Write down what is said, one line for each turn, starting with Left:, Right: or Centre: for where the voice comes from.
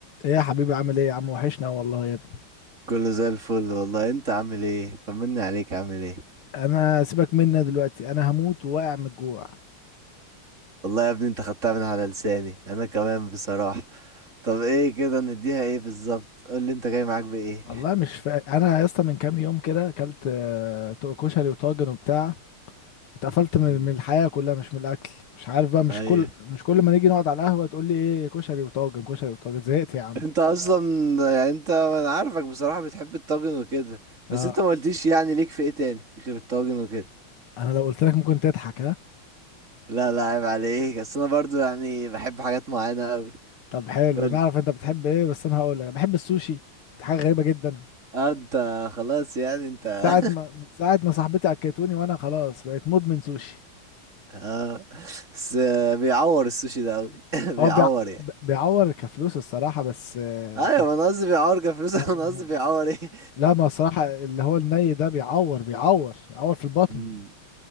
Left: ايه يا حبيبي عامل ايه يا عم وحشنا والله يا ابني
Right: كله زي الفل والله انت عامل ايه طمني عليك عامل ايه
Left: انا سيبك منا دلوقتي انا هموت وواقع من الجوع
Right: والله يا ابني انت خدتها من على لساني انا كمان بصراحة طب ايه كده نديها ايه بالظبط قول لي انت جاي معاك بايه
Left: والله مش فا... انا يا اسطى من كام يوم كده اكلت آه، تو- كشري وطاجن وبتاع اتقفلت
Right: مم.
Left: من من الحياه كلها مش من الاكل مش عارف بقى مش
Right: ايوه
Left: كل مش كل ما نيجي نقعد على القهوه تقول لي ايه كشري وطاجن كشري وطاجن زهقت يا عم
Right: انت اصلا يعني انت انا عارفك بصراحة بتحب الطاجن وكده
Left: اه
Right: بس انت ما قلتيش يعني ليك في ايه تاني غير الطاجن وكده
Left: انا لو قلت لك ممكن تضحك ها
Right: لا لا عيب عليك بس انا برضو يعني بحب حاجات معينة قوي
Left: طب حلو
Right: قول
Left: نعرف
Right: لي
Left: انت بتحب ايه بس انا هقول لك بحب السوشي دي حاجه غريبه جدا
Right: اه انت خلاص يعني انت <laughs>
Left: ساعة ما ساعة ما صاحبتي اكلتوني وانا خلاص بقيت مدمن سوشي
Right: اه بس بيعور السوشي ده قوي <laughs>
Left: هو
Right: بيعور
Left: بيع...
Right: يعني
Left: بيعور كفلوس الصراحة بس آه،
Right: ايوه
Left: كانت
Right: ما انا قصدي بيعور كفلوس <laughs>
Left: ما...
Right: انا قصدي
Left: ما...
Right: بيعور ايه
Left: لا ما الصراحة اللي هو الني ده بيعور بيعور بيعور في البطن
Right: امم